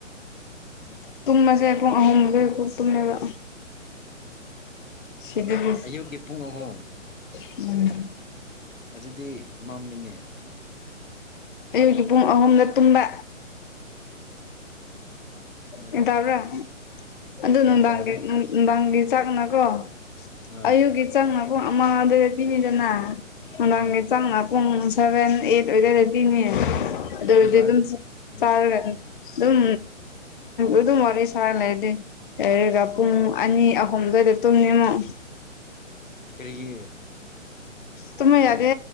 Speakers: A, on the left; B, on the left.
A: ꯎꯝ
B: ꯇꯨꯝꯕꯁꯦ ꯄꯨꯡ ꯑꯍꯨꯝ ꯃꯔꯤ ꯐꯥꯎ ꯇꯨꯝꯃꯦꯕ ꯁꯤꯗ <unintelligible>
A: ꯑꯌꯨꯛꯀꯤ ꯄꯨꯡ ꯑꯍꯨꯝ ꯑꯗꯨꯗꯤ ꯃꯝꯃꯤꯅꯦ
B: ꯑꯌꯨꯛꯀꯤ ꯄꯨꯡ ꯑꯍꯨꯝꯗ ꯇꯨꯝꯕ
A: ꯑꯣ
B: ꯒꯌꯥꯟ ꯇꯕ꯭ꯔꯥ ꯑꯗꯨ
A: ꯒ꯭ꯌꯥꯟ
B: ꯅꯨꯡꯗꯥꯡꯒꯤ
A: ꯇꯥꯗꯦ
B: ꯅꯨꯡꯗꯥꯡꯒꯤ ꯆꯥꯛꯅꯀꯣ
A: ꯑꯥ
B: ꯑꯌꯨꯛꯀꯤ ꯆꯥꯛꯅ ꯄꯨꯡ ꯑꯃ ꯑꯗꯨꯏꯗ ꯄꯤꯅꯤꯗꯅ ꯅꯪꯗꯥꯡꯒꯤ
A: ꯑꯥ
B: ꯆꯥꯛꯅ ꯄꯨꯡ ꯁꯚꯦꯟ ꯑꯩꯌꯦꯠ ꯑꯗꯨꯌꯥꯏꯗ ꯄꯤꯅꯤ ꯑꯗꯨ
A: ꯑꯗꯨꯒ
B: ꯑꯣꯏꯔꯗꯤ ꯑꯗꯨꯝ
A: ꯎꯝ
B: ꯆꯥꯔꯒ ꯑꯗꯨꯝ ꯑꯗꯨꯝ ꯋꯥꯔꯤ ꯁꯥꯔ ꯂꯩꯔꯗꯤ ꯂꯩꯔꯒ ꯄꯨꯡ ꯑꯅꯤ ꯑꯍꯨꯝ ꯗ꯭ꯋꯥꯏꯗ ꯇꯨꯝꯅꯤꯃꯨꯛ
A: ꯀꯔꯤꯒꯤ
B: ꯇꯨꯝꯕ ꯌꯥꯗꯦ